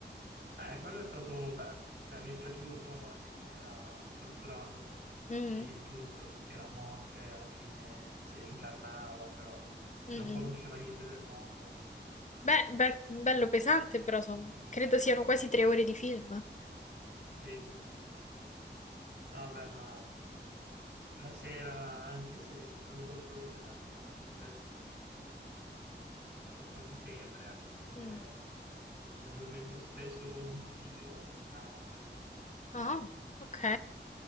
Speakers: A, on the right; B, on the left.
A: Eh, quello è stato bello, cioè mi è piaciuto anche come era strutturato
B: Mm,
A: il tutto, che la morte alla fine si rincarnava, però
B: mm,
A: non
B: mm.
A: conosceva niente del mondo.
B: Beh, bel- bello pesante, però son- credo siano quasi tre ore di film.
A: Sì, sì, sì. No, Vabbè, ma la sera, anche se il giorno dopo dovevo svegliarmi abbastanza presto, il film me lo guardo quasi sempre, anche perché
B: Mm.
A: mi addormento spesso con un video o con un audio. quindi-
B: Ah, ok.